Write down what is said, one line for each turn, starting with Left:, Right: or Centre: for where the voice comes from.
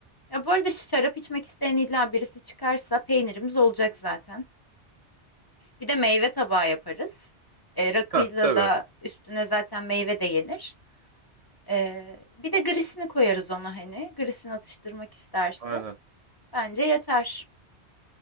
Left: Ya bu arada şarap içmek isteyen illa birisi çıkarsa peynirimiz olacak zaten. Bir de meyve tabağı yaparız. E, rakıyla
Right: Heh, tabii.
Left: da üstüne zaten meyve de yenir. E, bir de grisini koyarız ona hani. Grisini atıştırmak isterse.
Right: Aynen.
Left: Bence yeter.